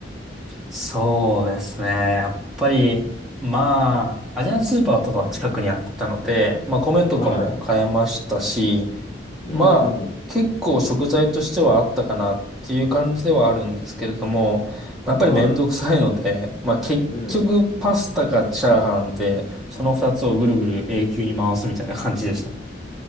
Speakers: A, in the centre; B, on the left.
A: そうですね。やっぱり、まあ、アジアンスーパーとかは近くにあったので、まあ、米とかも買えましたし、
B: はい。うんうん。
A: まあ、結構食材としてはあったかなっていう感じではあるんですけれども、まあ、やっぱりめんどくさいので、
B: は
A: まあ結局パスタかチャーハンで、
B: い。うん。
A: その二つをぐるぐる永久に回すみたいな感じでしたね。